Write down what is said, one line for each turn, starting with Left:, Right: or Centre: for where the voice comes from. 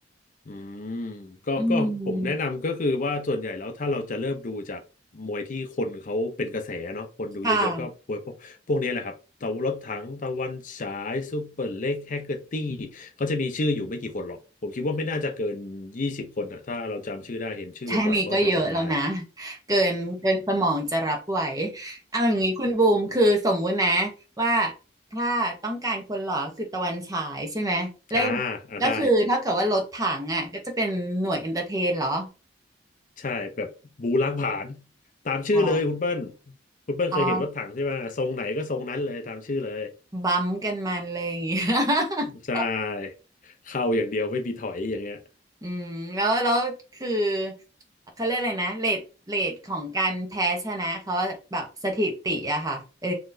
Left: อืมก็ก็ผมแนะนำก็คือว่าส่วนใหญ่แล้วถ้าเราจะเริ่มดูจากมวยที่คนเขาเป็นกระแสเนาะคนดูเยอะๆก็มวยพวกพวกนี้แหละครับตะวันรถถังตะวันฉายซูเปอร์เล็กแฮกเกอร์ตี้
Right: อืมค่ะ
Left: เขาจะมีชื่ออยู่ไม่กี่คนหรอกผมคิดว่าไม่น่าจะเกินยี่สิบคนอ่ะถ้าเราจำชื่อได้เห็นชื่อบ่อยๆก็จะจำได้
Right: แค่นี้ก็เยอะแล้วนะเกินเกินสมองจะรับไหวเอาอย่างนี้คุณบูมคือสมมุตินะว่าถ้าต้องการคนหล่อคือตะวันฉายใช่ไหมแล้วอย่างก็คือเท่ากับว่ารถถังอ่ะก็จะเป็นหน่วยเอนเตอร์เทนเหรอ
Left: <laughs> อ่าอ่าได้ใช่แบบบูล้างผลาญตามชื่อเลยคุณเปิ้ล
Right: อ๋อ
Left: คุณเปิ้ลเคยเห็นรถถังใช่ไหมทรงไหนก็ทรงนั้นเลยตามชื่อเลย
Right: อ๋อบัมป์กันมันเลยอย่างงี้ <laughs>
Left: ใช่เข้าอย่างเดียวไม่มีถอยอย่างเงี้ย
Right: อืมแล้วแล้วคือเขาเรียกอะไรนะเรทเรทของการแพ้ชนะเขาแบบสถิติอะค่ะเออ